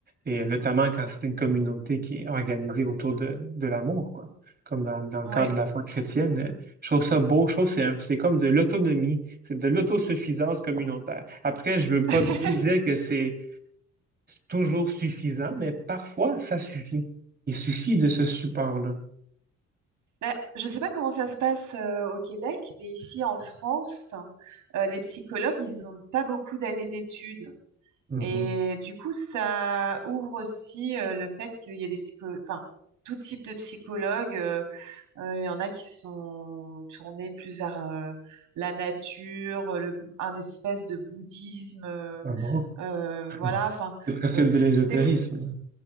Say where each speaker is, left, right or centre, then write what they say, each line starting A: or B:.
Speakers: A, on the right; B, on the right.
A: et notamment quand c'est une communauté qui est organisée autour de, de l'amour, quoi. Comme dans, dans le
B: Ouais.
A: cadre de la foi chrétienne, euh, je trouve ça beau, je trouve que c'est un- c'est comme de l'autonomie, c'est de l'autosuffisance communautaire. Après, je veux pas
B: <laughs>
A: du tout dire que c'est toujours suffisant, mais parfois ça suffit. Il suffit de ce support-là.
B: Ben, je ne sais pas comment ça se passe euh, au Québec, mais ici en France, euh, les psychologues, ils n'ont pas beaucoup d'années d'études.
A: Mhm.
B: Et du coup, ça ouvre aussi euh, le fait qu'il y a des psychologues, enfin, tout type de psychologues. euh, euh, il y en a qui sont tournés plus vers euh, la nature, euh, le, bou- un espèce de bouddhisme. euh,
A: Ah bon?
B: euh, voilà,
A: Mhm.
B: enfin,
A: C'est presque
B: euh,
A: de l'ésotérisme.
B: des fo-